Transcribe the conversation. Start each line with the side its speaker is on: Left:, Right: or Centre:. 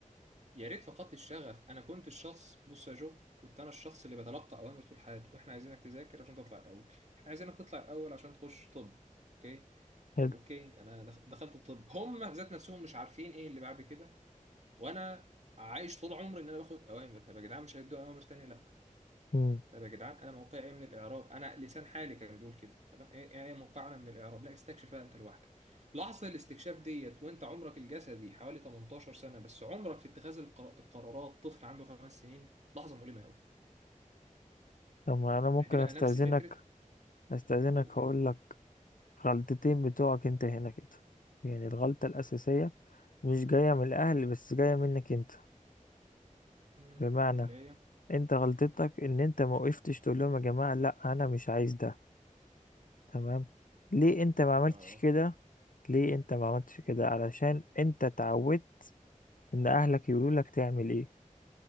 Right: يا ريت فقدت الشغف انا كنت الشخص بص يا جو كنت انا الشخص اللي بتلقى اوامر طول حياته احنا عايزينك تذاكر عشان تطلع الاول احنا عايزينك تطلع الاول عشان تخش طب اوكي
Left: حلو
Right: طب اوكي انا دخ- دخلت الطب هم ذات نفسهم مش عارفين ايه اللي بعد كده وانا عايش طول عمري ان انا باخد اوامر طب يا جدعان مش هيدوا اوامر تانية لا
Left: مم.
Right: طب يا جدعان انا موقعي ايه من الاعراب انا لسان حالي كان بيقول كده طب انا ايه ايه إيه موقعنا من الاعراب لا استكشفها انت لوحدك لحظه الاستكشاف ديت وانت عمرك الجسدي حوالي 18 سنه بس عمرك في اتخاذ القر- القرارات طفل عنده خمس سنين لحظه مؤلمه قوي
Left: طب ما انا ممكن
Right: هتبقى
Left: استأذنك
Right: نفس فكره
Left: استأذنك
Right: و- و-
Left: هقول لك غلطتين بتوعك انت هنا كده يعني الغلطة الأساسية مش جاية من الأهل بس جاية منك انت
Right: م-
Left: بمعنى
Right: اللي هي
Left: انت غلطتك ان انت ما وقفتش تقول لهم يا جماعة لا انا مش عايز ده تمام ليه انت ما عملتش
Right: اخ
Left: كده ليه انت ما عملتش كده علشان انت اتعودت ان اهلك يقولوا لك تعمل ايه